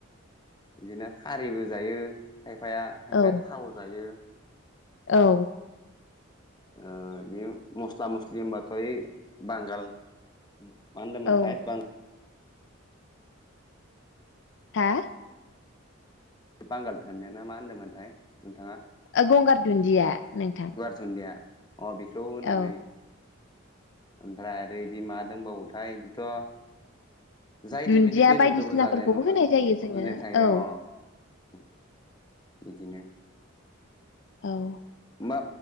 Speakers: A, on the left; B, on the left.
A: बिदिनो खारैबो जायो खायफाया खायफाया
B: औ
A: थाव जायो।
B: औ
A: ओ‌ बि मस्ला मस्लि होनबाथाय बांगाल मा होनदों मोनथाय
B: औ
A: बां
B: हा
A: बांगाल थोननाय ना मा होन्दोंमोनथाय नोंथाङा
B: ओ गंगार दुन्दिया नोंथां।
A: दुन्दिया अ बेखौ होनानै
B: औ
A: ओमफ्राय आरो बिदि मा दंबावोथाय बिदिथ' जाय
B: दुन्दिया
A: दाय मदि बेदरजोंबो
B: बायदिसिनाफोरखौबो
A: जाजायो नङाम
B: होनाय जायो जोङो
A: होनजाय थायो
B: औ
A: अ बिदिनो
B: औ
A: होमबा